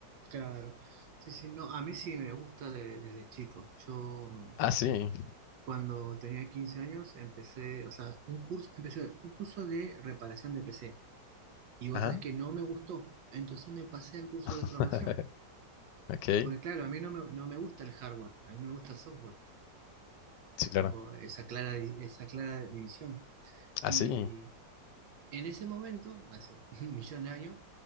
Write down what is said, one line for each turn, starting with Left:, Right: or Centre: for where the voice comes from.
Right: claro. Sí, sí, no, a mí sí me gusta de- desde chico. Yo mm,
Left: Ah, sí.
Right: cuando tenía 15 años empecé, o sea, un curso, empecé un curso de reparación de PC. Y vos
Left: ajá
Right: sabés que no me gustó, entonces me pasé al curso de
Left: <laughs>
Right: programación.
Left: Ok,
Right: Porque claro, a mí no me, no me gusta el hardware, a mí me gusta el software.
Left: sí,
Right: Yo
Left: claro.
Right: tengo esa clara, esa clara división.
Left: Ah,
Right: Y
Left: sí.
Right: en ese momento, hace <laughs> un millón de años,